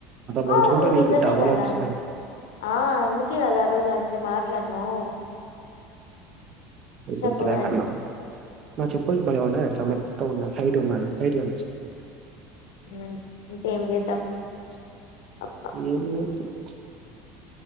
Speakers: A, on the right; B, on the left.
A: పోల్చుకుంటే
B: అవును
A: నీకు
B: నిజమే
A: డబల్
B: గదా
A: వచ్చినాయి
B: ఆ అందుకే కదా ఆ రోజు అన్ని మాటలు అన్నావు చెప్పు
A: బుద్ధిలే
B: మరి
A: కన్నా నా చెప్పులు భలే ఉన్నాయ్ తెలుసా మెత్తగా ఉన్నాయి హైట్ ఉన్నా హైట్ కనిపిస్త
B: హుమ్ ఉంటే ఏం చేద్దాం
A: <inaudible>
B: అబ్బా
A: ఏం లేదు ప్చ్